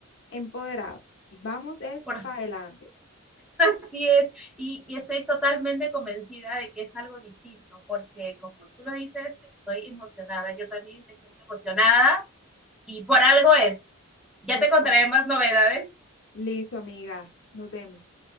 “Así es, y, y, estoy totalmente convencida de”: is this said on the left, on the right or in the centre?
Centre